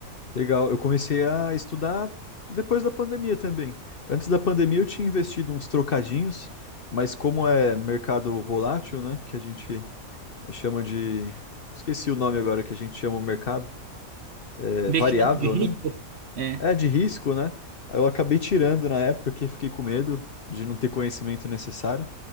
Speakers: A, on the left; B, on the right.
A: Legal, eu comecei a estudar depois da pandemia também. Antes da pandemia eu tinha investido uns trocadinhos, mas como é mercado volátil, né? Que a gente chama de... Esqueci o nome agora que a gente chama o mercado. É
B: Investimento
A: variável,
B: de risco?
A: né?
B: É.
A: É de risco, né? Eu acabei tirando na época que fiquei com medo de não ter conhecimento necessário.